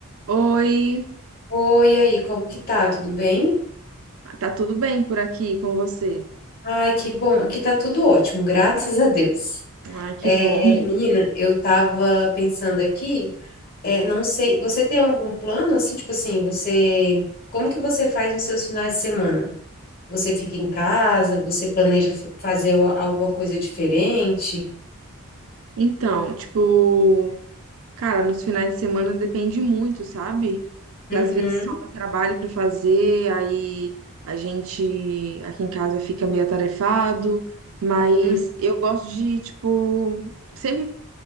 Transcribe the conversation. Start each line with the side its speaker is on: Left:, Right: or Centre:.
Right: Oi,
Left: Oi, e aí, como que tá? Tudo bem?
Right: tá tudo bem por aqui com você?
Left: Ai, que bom. Aqui tá tudo ótimo, graças a Deus.
Right: Ai, que
Left: É,
Right: bom.
Left: menina, eu tava pensando aqui, é, não sei, você tem algum plano assim, tipo assim, você, como que você faz nos seus finais de semana? Você fica em casa? Você planeja fa- fazer a- alguma coisa diferente?
Right: Então, tipo, cara, nos finais de semana depende muito, sabe?
Left: Uhum.
Right: Sobra trabalho pra fazer, aí a gente aqui em casa fica meio atarefado, mas
Left: Uhum.
Right: eu gosto de, tipo, sempre